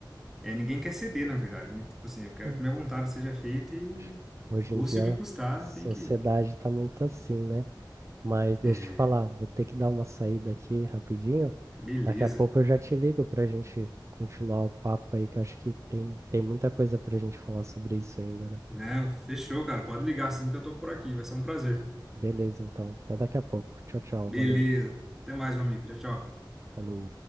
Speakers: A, in the centre; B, on the right (about 35°).
A: É, ninguém quer ceder, na verdade, né? Tipo assim, eu quero
B: É,
A: que minha vontade seja feita e
B: acho que hoje
A: custe
B: em dia
A: o que custar,
B: a sociedade
A: tem que
B: está muito assim, né? Mas deixa
A: É,
B: eu te falar, vou ter que dar uma saída aqui rapidinho.
A: beleza.
B: Daqui a pouco eu já te ligo para a gente continuar o papo aí, que eu acho que tem, tem muita coisa para a gente falar sobre isso ainda, né?
A: Não, fechou, cara. Pode ligar assim que eu tô por aqui. Vai ser um prazer.
B: Beleza, então. Até daqui a pouco. Tchau, tchau.
A: Beleza.
B: Valeu.
A: Até mais, meu amigo. Tchau, tchau.
B: Falou.